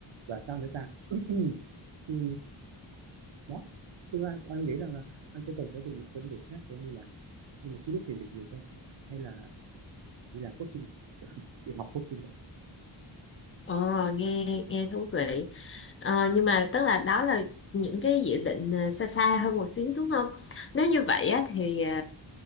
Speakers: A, on the right; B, on the left.
A: và sao nữa ta <clears throat> Ừ, đó tương lai của anh nghĩ rằng là anh sẽ cần phải tìm một công việc khác để anh đi làm nhưng mà chỉ biết tìm việc gì thôi hay là đi làm coaching đi học coaching rồi
B: Ờ, nghe nghe thú vị. Ờ, nhưng mà tức là đó là những cái dự định ờ, xa xa hơn một xíu đúng không? Nếu như vậy á, thì ờ,